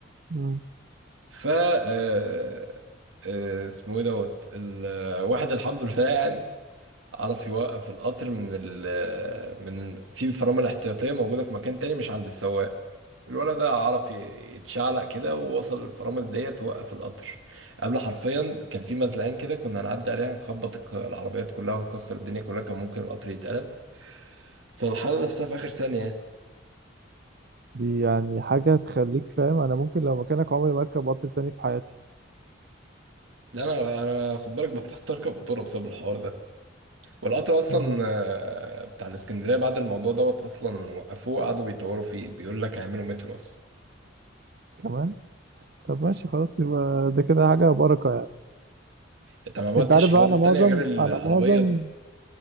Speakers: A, on the right; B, on the right.
A: أمم.
B: ف آه، آه، اسمه ايه دوت الواحد الحمد لله يعني عرف يوقف القطر من ال من في فرامل احتياطية موجودة في مكان تاني مش عند السواق الولد ده عرف ي- يتشعلق كده ووصل الفرامل ديت ووقف القطر قبل حرفيا كان في مزلقان كده كنا هنعدي عليها نخبط الك- العربيات كلها ونكسر الدنيا كلها كان ممكن القطر يتقلب فالحالة نفسها في آخر ثانية
A: دي يعني حاجة تخليك فاهم أنا ممكن لو مكانك عمري ما أركب قطر تاني في حياتي
B: لا انا انا خد بالك بطلت اركب قطوره بسبب الحوار ده والقطر اصلا
A: أمم.
B: آه، بتاع الاسكندريه بعد الموضوع دوت اصلا وقفوه قعدوا بيطوروا فيه بيقول لك هيعملوا مترو اصلا
A: كمان طب ماشي خلاص يبقى ده كده حاجة بركة يعني
B: انت ما عملتش
A: أنت عارف
B: حوادث
A: بقى أنا معظم
B: تانية غير العربية
A: أنا معظم
B: دي